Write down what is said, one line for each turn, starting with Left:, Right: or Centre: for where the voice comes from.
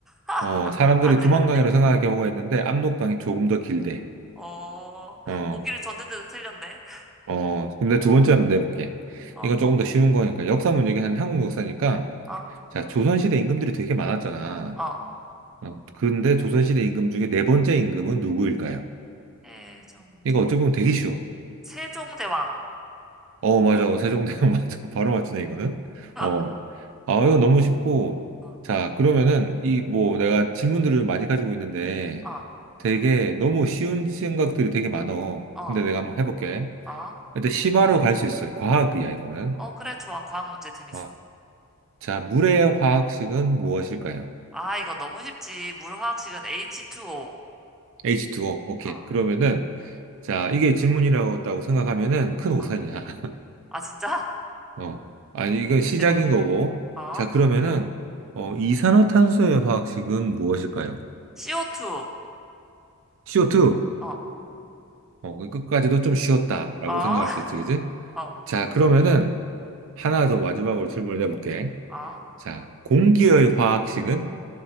Centre: <laughs>
Right: 어, 사람들이
Centre: 다 틀렸네.
Right: 두만강이라고 생각할 경우가 있는데 압록강이 조금 더 길대.
Centre: 어,
Right: 어,
Centre: 보기를 줬는데도 틀렸네.
Right: 어, 근데 두 번째 한번 내볼게.
Centre: 어,
Right: 이건 조금 더 쉬운 거니까 역사 문제긴 한 한국 역사니까
Centre: 어,
Right: 자, 조선시대 임금들이 되게 많았잖아.
Centre: 어.
Right: 어, 근데 조선시대 임금 중에 네 번째 임금은 누구일까요?
Centre: 세종대,
Right: 이거 어찌 보면 되게 쉬워.
Centre: 세종대왕.
Right: 어, 맞아. 어, 세종대왕 <laughs> 맞아. 바로 맞추네, 이거는.
Centre: 어,
Right: 어. 아, 이거 너무 쉽고.
Centre: 어,
Right: 자, 그러면은, 이, 뭐, 내가 질문들을 많이 가지고 있는데,
Centre: 어,
Right: 되게 너무 쉬운 생각들이 되게 많어.
Centre: 어.
Right: 근데 내가 한번 해볼게.
Centre: 어,
Right: 일단, 심화로 갈 수 있어. 과학이야, 이거는.
Centre: 어, 그래, 좋아. 과학 문제 재밌어.
Right: 어. 자, 물의 화학식은 무엇일까요?
Centre: 아, 이거 너무 쉽지. 물 화학식은 H2O.
Right: H2O. 오케이.
Centre: 어,
Right: 그러면은, 자, 이게 질문이라고 했다고 생각하면은 큰 오산이야.
Centre: 어.
Right: <laughs>
Centre: 아, 진짜?
Right: 어. 아니,
Centre: 뭔데,
Right: 이건
Centre: 문제가
Right: 시작인
Centre: 뭔데?
Right: 거고.
Centre: 어?
Right: 자, 그러면은, 어, 이산화탄소의 화학식은 무엇일까요?
Centre: CO2.
Right: CO2.
Centre: 어,
Right: 어, 그 끝까지도 좀 쉬웠다라고
Centre: 어,
Right: 생각할 수 있지, 그지?
Centre: <laughs> 어,
Right: 자, 그러면은, 하나 더 마지막으로 질문을 해볼게.
Centre: 어.
Right: 자, 공기의 화학식은